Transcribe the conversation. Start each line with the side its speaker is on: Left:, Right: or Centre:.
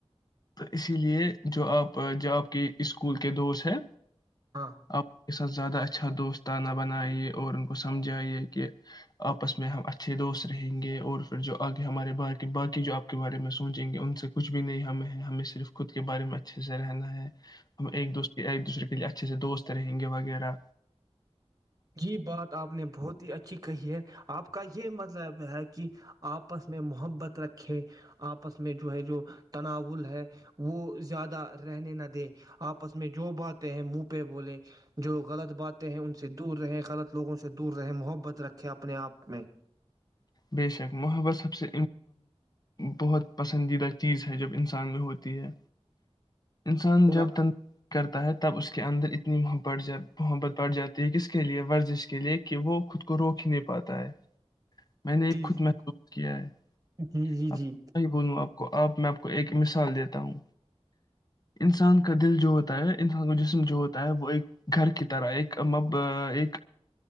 Left: تو اسی لے جو آپ جو آپ کے اسکول کے دوست ہیں
Right: ہاں
Left: آپ <unintelligible> اس ساتھ زیادہ اچھا دوستانہ بنائیے اور ان کو سمجھائیے کہ آپس میں ہم اچھے دوست رہیں گے اور پھر جو آگے ہمارے با باقی جو آپ کے بارے میں سوچیں گے ان سے کچھ بھی نہیں ہمیں ہمیں صرف خود کے بارے میں اچھے سے رہنا ہے ہم ایک دوسرے <unintelligible> دوسرے کے لیے اچھے سے دوست رہیں گے وغیرہ
Right: جی بات آپ نے بہت ہی اچھی کہی ہے آپ کا یہ مطلب ہے کہ آپس میں محبت رکھے آپس میں جو ہے جو تناول ہے وہ زیادہ رہنے نہ دیں آپس میں جو باتیں ہیں منہ پہ بولے جو غلط باتیں ہیں ان سے دور رہے غلط لوگوں سے دور رہے محبت رکھے اپنے آپ میں
Left: بے شک محبت سب سے بہت پسندیدہ چیز ہے جب انسان میں ہوتی ہے انسان
Right: پورا۔
Left: جب تندی کرتے تب اس کے اندر اتنی محبت بڑھ جاتی ہے کس کے لیئے ورزش کے لیئے کہ وہ خود کو روک نہیں پاتا ہے میں نے ایک
Right: جی
Left: خود
Right: جی
Left: محسوس کیا ہے
Right: جی جی
Left: اب
Right: جی
Left: بولوں آپ کو آپ <unintelligible> میں آپ کو ایک مثال دیتا ہوں انسان کا دل جو ہوتا ہے انسان کا جسم جو ہوتا ہے وہ ایک گھر کی طرح ایک مب ایک